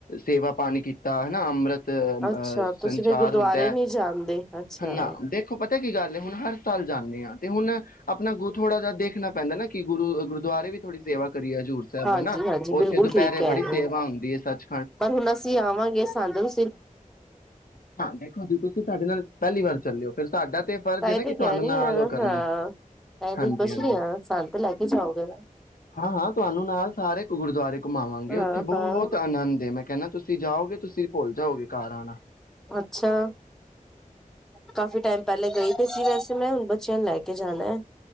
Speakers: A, on the left; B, in the centre.
A: ਸੇਵਾ ਪਾਣੀ ਕੀਤਾ ਹਨਾ ਅੰਮ੍ਰਿਤ ਅ
B: ਅੱਛਾ
A: ਸੰਚਾਰ
B: ਤੁਸੀਂ ਫਿਰ ਗੁਰਦੁਆਰੇ
A: ਹੁੰਦਾ ਹੈ
B: ਨਹੀਂ ਜਾਂਦੇ ਅੱਛਾ
A: ਹਨ ਨਾ ਦੇਖੋ ਪਤਾ ਕੀ ਗੱਲ। ਹੁਣ ਹਰ ਸਾਲ ਜਾਂਦੇ ਹਾਂ ਤੇ ਹੁਣ ਆਪਣਾ ਅਗੋ ਥੋੜਾ ਜਿਹਾ ਦੇਖਣਾ ਪੈਂਦਾ ਨਾ ਕਿ ਗੁਰੂ ਗੁਰਦੁਆਰੇ ਵੀ ਥੋੜ੍ਹੀ ਸੇਵਾ। ਕਰੀਏ ਹਜ਼ੂਰ ਸਾਹਿਬ
B: ਹਾਂਜੀ
A: ਹਨਾ
B: ਹਾਂਜੀ
A: ਉੱਥੇ
B: ਬਿਲਕੁਲ
A: ਦੁਪਹਿਰੇ
B: ਠੀਕ ਕਹਿ
A: ਬੜੀ
B: ਰਹੇ
A: ਸੇਵਾ
B: ਹੋ
A: ਹੁੰਦੀ ਹੈ ਸੱਚ।
B: ਪਰ ਹੁਣ ਅਸੀਂ ਆਵਾਂਗੇ ਸਾਂਦ ਲੋ।
A: ਹਾਂ ਦੇਖੋ ਜੀ ਤੁਸੀਂ ਸਾਡੇ ਨਾਲ ਪਹਿਲੀ ਵਾਰ ਚੱਲਿਓ ਫਿਰ ਸਾਡਾ ਤੇ ਫਰਜ਼
B: ਤਾਂਹੀ
A: ਹੈ ਨਾ
B: ਤੇ
A: ਕਿ ਤੁਹਾਨੂੰ
B: ਕਹਿ ਰਹੀ
A: ਨਾਲ
B: ਹਾਂ
A: ਉਹ ਕਰਨਾ।
B: ਹਾਂ ਤਾਂਹੀ
A: ਹਾਂਜੀ
B: ਤੇ ਪੁੱਛ
A: ਹਾਂਜੀ
B: ਰਹੀ ਹਾਂ ਸਾਨੂੰ ਤੇ ਲੈ ਕੇ ਜਾਓਗੇ ਨਾ
A: ਹਾਂ ਹਾਂ ਤੁਹਾਨੂੰ ਨਾਲ ਸਾਰੇ ਇੱਕ ਗੁਰਦੁਆਰੇ ਘੁਮਾਵਾਂਗੇ
B: ਹਾਂ
A: ਉੱਥੇ ਬਹੁਤ
B: ਹਾਂ
A: ਆਨੰਦ ਐ। ਕਹਿੰਦਾ ਤੁਸੀਂ ਜਾਓਗੇ ਤੁਸੀਂ। ਭੁੱਲ ਜਾਓਗੇ ਕਾਰ ਆਣਾ।
B: ਅੱਛਾ ਕਾਫ਼ੀ ਟਾਈਮ ਪਹਿਲੇ ਗਈ ਤੇ ਸੀ ਵੈਸੇ ਮੈਂ ਹੁਣ ਬਚ ਬੱਚਿਆਂ ਨੂੰ ਲੈ ਕੇ ਜਾਣਾ ਹੈ।